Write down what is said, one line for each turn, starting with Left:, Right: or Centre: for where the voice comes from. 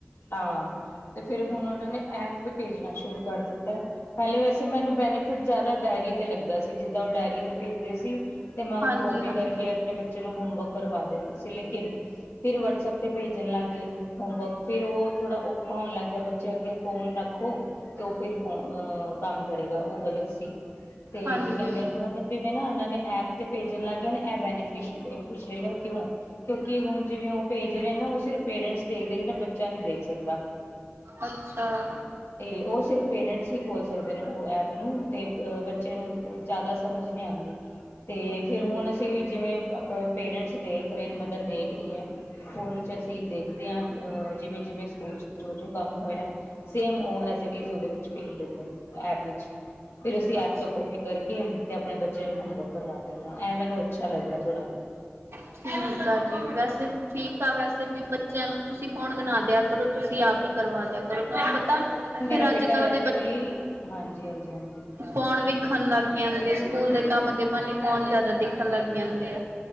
Left: ਹਾਂ, ਤੇ ਫਿਰ ਹੁਣ ਓਨਾਂ ਨੇ ਐਪ ਤੇ ਭੇਜਣਾ ਸ਼ੁਰੂ ਕਰ ਦਿੱਤਾ। ਪੇਲੇ ਵੈਸੇ ਮੈਨੂੰ ਬੈਨੀਫਿਟ ਜ਼ਾਦਾ ਡਾਇਰੀ ਤੇ ਲੱਗਦਾ ਸੀ, ਜਿੱਦਾਂ ਓ ਡਾਇਰੀ ਤੇ ਭੇਜਦੇ ਸੀ। ਤੇ ਮੈਂ
Right: ਹਾਂਜੀ
Left: ਓਨੂੰ ਕੋਪੀ
Right: ਹਾਂਜੀ
Left: ਕਰਕੇ ਆਪਣੇ ਬੱਚੇ ਨੂੰ ਹੋਮਵਰਕ ਕਰਵਾ ਦਿੰਦੀ ਸੀ ਲੇਕਿਨ ਫਿਰ ਵਟਸਐਪ ਤੇ ਭੇਜ ਭੇਜਣ ਲੱਗ ਗਏ, ਹੋਮਵਰਕ ਫਿਰ ਓ ਥੋੜਾ ਔਖਾ ਹੋਣ ਲੱਗ ਗੇਆ, ਬੱਚੇ ਅੱਗੇ ਫੋਨ ਰੱਖੋ ਤੇ ਓ ਫਿਰ ਫੋਨ ਅਹ ਕੰਮ ਕਰੇਗਾ ਓ ਗਲਤ ਸੀ, ਤੇ
Right: ਹਾਂਜੀ
Left: ਕੀ ਕੇਂਦੇ ਹੁਣ ਜਿਵੇਂ ਨਾ ਏਨਾਂ ਨੇ ਐਪ ਤੇ ਭੇਜਣ ਲੱਗ ਗਏ ਨੇ, ਐ ਬੈਨੀਫਿਛਲ ਏ ਫਿਛਲ ਏ ਕਿਉਂ? ਕਿਉਂਕਿ ਹੁਣ ਜਿਵੇਂ ਓ ਭੇਜ ਰਏ ਨਾ ਓ ਸਿਰਫ ਪੇਰੈਂਟਸ ਦੇਖਦੇ ਨੇ, ਬੱਚਾ ਨੀ ਦੇਖ ਸਕਦਾ।
Right: ਅੱਛਾ
Left: ਤੇ ਓ ਸਿਰਫ ਪੇਰੈਂਟਸ ਹੀ ਖੋਲ ਸਕਦੇ ਨੇ ਓ ਐਪ ਨੂੰ ਤੇ ਅ ਬੱਚੇ ਨੂੰ ਜਾਦਾ ਸਮਝ ਨੀ ਆਂਦੀ। ਤੇ ਫਿਰ ਹੁਣ ਅਸੀਂ ਜਿਵੇਂ, ਆਪਾਂ ਪੇਰੈਂਟਸ ਦੇਖ ਰਏ ਮਦਰ ਦੇਖ ਰਈ ਐ ਫੋਨ ਚ ਅਸੀਂ ਦੇਖਦੇ ਆ ਅ ਜਿਵੇਂ-ਜਿਵੇਂ ਸਕੂਲ ਚ ਜੋ-ਜੋ ਕੰਮ ਹੋਏਆ ਸੇਮ ਓ ਐਜਡੀਟ ਓਦੇ ਵਿੱਚ ਭੇਜ ਦਿੰਦੇ ਨੇ ਐਪ ਵਿੱਚ, ਫਿਰ ਅਸੀਂ ਐਪ
Right: ਅੱਛਾ
Left: ਤੋਂ ਕਪੀ ਕਰਕੇ ਤੇ ਆਪਣੇ ਬੱਚੇਆ ਨੂੰ ਹੋਮਵਰਕ ਕਰਵਾ ਦੇਨਾ ਐ ਮੈਨੂੰ ਅੱਛਾ ਲੱਗੇਆ ਥੋੜਾ।
Right: ਠੀਕ ਆ ਜੀ, ਵੈਸੇ ਠੀਕ ਆ ਬਸ। ਤੇ ਵੀ ਬੱਚੇਆਂ ਨੂੰ ਤੁਸੀਂ ਫੋਨ ਨਾ ਦੇਆ ਕਰੋ, ਤੁਸੀਂ ਆਪ ਈ ਕਰਵਾ ਦੇਆ ਕਰੋ ਫੋਨ ਪਤਾ
Left: ਮੇਰਾ
Right: ਫਿਰ
Left: ਬੇਟਾ
Right: ਅੱਜ ਕੱਲ੍ਹ
Left: ਵੈਸੇ
Right: ਦੇ ਬੱਚੇ
Left: ਵੀ, ਹਾਂਜੀ-ਹਾਂਜੀ-ਹਾਂਜੀ।
Right: ਫੋਨ ਵੇਖਣ ਲੱਗ ਜਾਂਦੇ ਆ, ਸਕੂਲ ਦੇ ਕੰਮ ਦੇ ਬਾਨੇ ਫੋਨ ਜ਼ਾਦਾ ਦੇਖਣ ਲੱਗ ਜਾਂਦੇ ਆ।